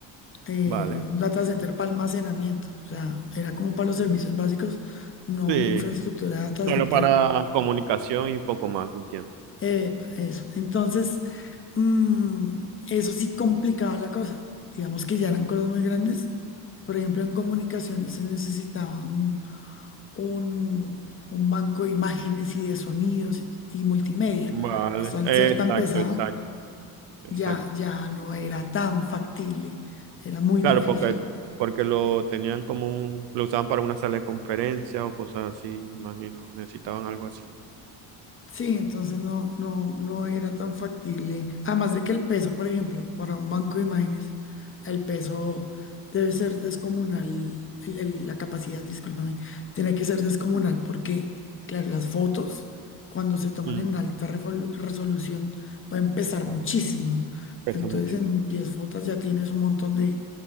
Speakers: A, on the left; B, on the right.
A: eh,
B: vale.
A: un data center para almacenamiento. O sea, era como para los servicios básicos, no
B: Sí,
A: una infraestructura data
B: solo
A: center
B: para comunicación y poco más, entiendo.
A: Epa, eso. Entonces, mm, eso sí complicaba la cosa. Digamos que ya eran cosas muy grandes. Por ejemplo, en comunicaciones se necesitaba un, un, un banco de imágenes y de sonidos y, y multimedia.
B: Vale,
A: Esto al
B: exacto,
A: ser tan pesado,
B: exacto, exacto.
A: ya, ya no era tan factible. Era muy
B: Claro,
A: difícil
B: porque, porque lo tenían como un, lo usaban para una sala de conferencia o cosas así, imagino, necesitaban algo así.
A: Sí, entonces no, no, no era tan factible. Además de que el peso, por ejemplo, para un banco de imágenes, el peso debe ser descomunal, el- el- la capacidad, discúlpame, tiene que ser descomunal porque, claro, las fotos, cuando se toman
B: Mm,
A: en alta refolu- resolución, pueden pesar
B: claro,
A: muchísimo.
B: Pesa
A: Entonces,
B: mucho.
A: en 10 fotos ya tienes un montón de,